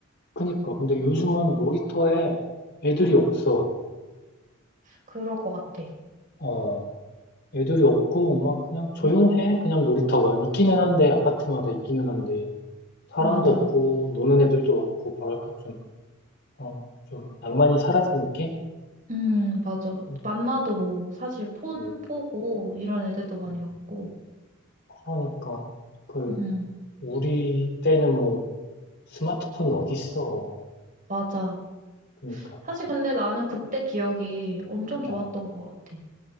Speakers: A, on the left; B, on the right.
A: 그니까, 근데 요즘은 놀이터에 애들이 없어.
B: 그럴 것 같아.
A: 어, 애들이 없고, 막, 그냥 조용해.
B: 음.
A: 그냥 놀이터가. 있기는 한데, 아파트마다 있기는 한데, 사람도
B: 맞아.
A: 없고, 노는 애들도 없고, 뭐랄까, 좀, 어, 좀, 낭만이 사라진 느낌?
B: 음, 맞아.
A: 음,
B: 만나도 뭐 사실 폰
A: 음,
B: 보고 이런 애들도 많이
A: 음.
B: 봤고.
A: 그러니까, 그,
B: 음,
A: 우리 때는 뭐, 스마트폰이 어딨어.
B: 맞아.
A: 그니까,
B: 사실 근데 나는 그때 기억이 엄청 좋았던
A: 어,
B: 것 같아.